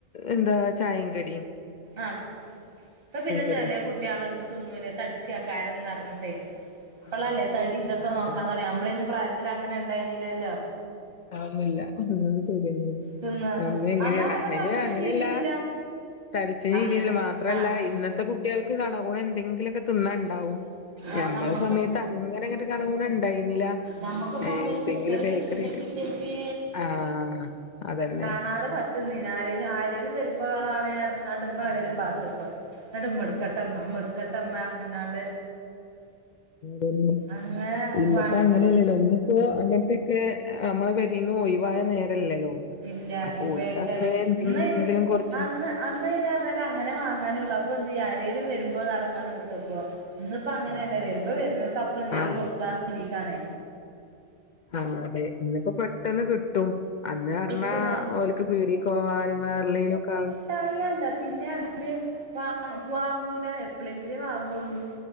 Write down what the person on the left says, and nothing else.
എന്താ ചായയും കടിയും
കടിം
ആഹ് ആഹ്
അതന്നെ
ആ ഒന്നുല്ല. ശരിയ
അന്ന് എങ്ങനെയ
അതിന്
അങ്ങനെല്ല
തഠിച്ച
ഏന്യെല്ലൊ മാത്ര
അല്ല ഇന്നത്തെ കുട്ട്യേൾക്ക് കണകുണ എന്തെങ്കിലൊക്കെ തിന്നാ ഇണ്ടാവും.
സമയത്ത് അങ്ങനെ ഇങ്ങെട്ട് കണ കുണ ഇണ്ടായിന്നില്ല.
ഏഹ്
എന്തെങ്കിലും
ബേക്കറി
ആഹ് അതന്നെ
ആഹ്
ളം
ഇന്ന്പ്പ
അങ്ങനെയല്ലേല്ലോ
ഇന്ന് ഇപ്പ അങ്ങൻത്തെെക്കെ നമ്മളെ പെരീന്ന് ഒഴിവായ നേരല്ലല്ലൊ.
അപ്പൊ ഓൽക്ക്
അങ്ങനെ എന്തെെങ്കിലും
കൊറച്ച്
ആഹ്
ആഹ്
ആ അതെ. ഇന്ന്പ്പം. പെട്ടെന്ന് കിട്ടും. അന്ന് പറ്ഞ്ഞാ
ഓൽക്ക് പീടീക്കോവാനും വേറളേനും ഒക്കെ